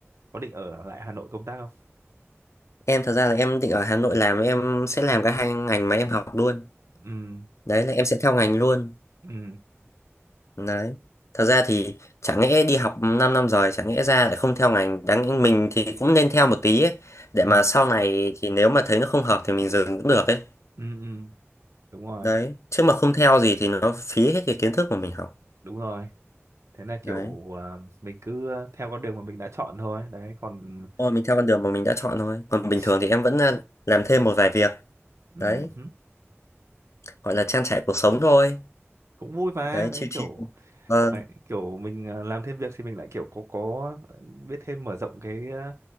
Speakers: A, on the right (about 75°); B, on the left (about 75°).
A: có định ở lại Hà Nội công tác không
B: em thật ra là em định ở Hà Nội làm em sẽ làm cả hai ngành mà em học luôn
A: ừ,
B: đấy là em sẽ theo ngành luôn
A: ừ,
B: đấy thật ra thì chẳng lẽ đi học 5 năm rồi chẳng lẽ ra lại không theo ngành đáng lẽ mình thì cũng nên theo một tí ấy để
A: ừ,
B: mà sau này thì nếu mà thấy nó không hợp thì mình dừng cũng được ấy
A: ừ, ừ. đúng rồi
B: đấy chứ mà không theo gì thì nó phí hết cái kiến thức mà mình học
A: đúng rồi thế là
B: đấy
A: kiểu à, mình cứ ờ, theo con đường mà mình đã chọn thôi đấy còn
B: Thôi mình theo con đường mà mình đã chọn thôi. Còn
A: <laughs> ừ,
B: bình thường thì em vẫn à, làm thêm một vài việc.
A: ừ,
B: Đấy,
A: hứ,
B: gọi là trang trải cuộc sống thôi.
A: cũng vui mà
B: Đấy,
A: đấy
B: chill chill.
A: kiểu
B: Ờ,
A: ngoài- kiểu mình à, làm thêm việc thì mình lại kiểu có có ờ, biết thêm mở rộng cái à,